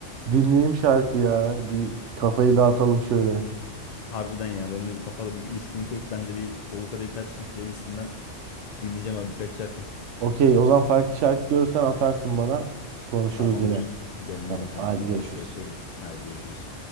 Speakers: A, on the right; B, on the left.
A: Dinleyeyim şarkı ya. Bir kafayı dağıtalım şöyle.
B: Harbiden ya benim de bir kafada bir viskimi koyup ben de bir Dolu Kadehi Ters Tut playlistinden dinleyeceğim abi birkaç şarkı.
A: Okey, o zaman farklı şarkı görürsen atarsın bana. Konuşuruz
B: Tamamdır.
A: yine.
B: Gönderirim
A: Tamam,
B: sana
A: hadi
B: tamamdır.
A: görüşürüz.
B: Öpüyorum. Hadi görüşürüz.